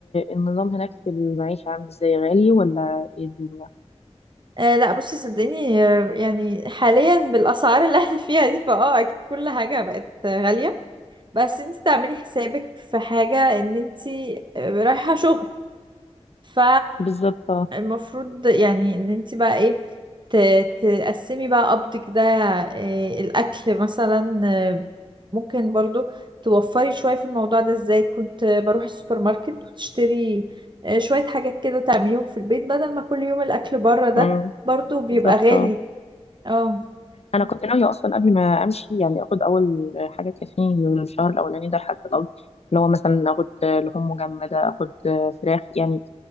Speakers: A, on the left; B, on the right.
A: النظام هناك في المعيشة عامل ازاي غالي ولا ايه الدنيا
B: آه لا بصي صدقيني آه، يعني حاليا بالاسعار اللي احنا <laughs> فيها دي فاه اكيد كل حاجه بقت غاليه بس انت تعملي حسابك في حاجه ان انت آه، رايحه شغل ف
A: بالظبط اه.
B: المفروض يعني ان انت بقى ايه ت- تقسمي بقى قبضك ده إيه الاكل مثلا آه، ممكن برضو توفري شوية في الموضوع ده ازاي كنت بروح السوبر ماركت وتشتري آه، شوية حاجات كده تعمليهم في البيت بدل ما كل يوم الاكل بره ده
A: مم.
B: برضو بيبقى
A: بالظبط
B: غالي
A: اه.
B: اه
A: انا كنت ناوية اصلا قبل ما امشي يعني اخد اول حاجة تكفيني الشهر الاولاني ده لحد القبض اللي هو مثلا اخد لحوم مجمدة اخد فراخ يعني